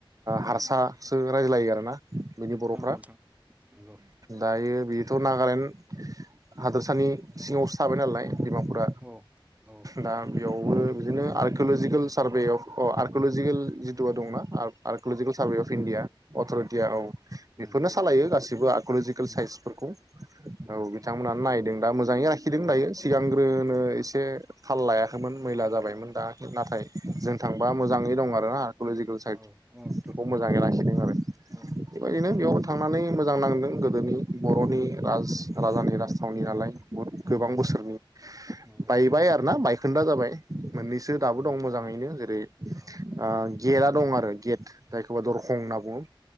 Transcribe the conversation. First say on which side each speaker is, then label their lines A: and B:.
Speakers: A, on the right (about 40°); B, on the right (about 15°).
A: हारसासो रायलायो आरो ना बिनि बर'फ्रा
B: नंगौ नोंथां नंगौ
A: दायो बेथ नागालेण्ड हादोरसानि सिङावसो थाबाय नालाय दिमापुरा
B: औ औ
A: दा बेयाव बे बिदिनो archaeological survey of uh archaeological जिथुवा दंना आरकलजिकेल सार्भे अफ इण्डिया अथरिटिया औ
B: उम
A: बेफोरनो सालायो गासिबो दिबो इकलजिकेल
B: उम
A: साइन्सफोरखौ औ
B: उम नोंथां
A: बिथांमोनानो नायदों दा मोजाङै आखिदों दायो सिगांग्रोनो एसे थाल लायाखैमोन मैला जाबायमोन दा नाथाय जों थांबा मोजाङै दं आरो ना इकलजिकेल साइदखौ
B: औ औ नोंथां
A: मोजाङै लाखिदों आरो
B: औ औ
A: बेबायदिनो बेयाव थांनानै मोजां नांदों गोदोनि बर'नि राज राजानि राजथावनि नालाय गोबां
B: नंगौ
A: बोसोरनि
B: नोंथां नंगौ नोंथां
A: बायबाय आरो ना बाय खोन्था जाबाय मोननैसो
B: औ
A: दाबो
B: नोंथां
A: दं मोजाङैनो जेरै ओ
B: औ
A: गेटआ दं आरो गेट जायखौबा दरखं होनना बुङो